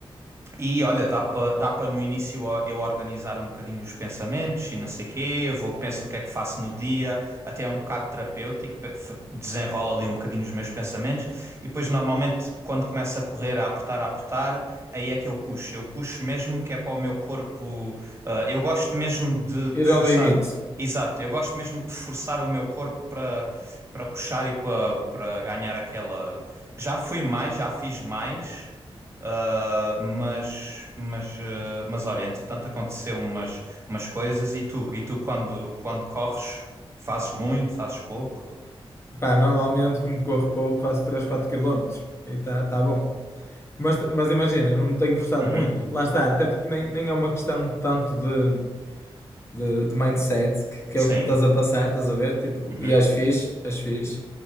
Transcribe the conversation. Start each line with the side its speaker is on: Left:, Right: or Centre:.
Right: E olha, dá para dá para no início ó, eu organizar um bocadinho os pensamentos e não sei quê, eu vou, penso o que é que faço no dia, até é um bocado terapêutico, pe- f- desenrola ali um bocadinho os meus pensamentos e depois normalmente quando começa a correr, a apertar, a apertar, aí é que eu puxo, eu puxo mesmo que é para o meu corpo, ah, eu gosto mesmo de, de
Left: Ir
Right: forçar,
Left: ao limite.
Right: exato, eu gosto mesmo de forçar o meu corpo para para puxar e para para ganhar aquela, já fui mais, já fiz mais. Uh, mas, mas, uh, mas olha, entretanto aconteceu umas, umas coisas e tu, e tu quando, quando corres, fazes muito, fazes pouco?
Left: Pá, normalmente, como corro pouco, faço 3 4 km. E tá, tá bom. Mas, mas imagina, eu não me tenho forçado
Right: Uhum.
Left: muito. Lá está, até porque nem, nem é uma questão tanto de, de, de mindset, que, que
Right: Sim.
Left: é o que me estás a passar, estás a ver? Tipo,
Right: Uhum.
Left: e as fiz as fiz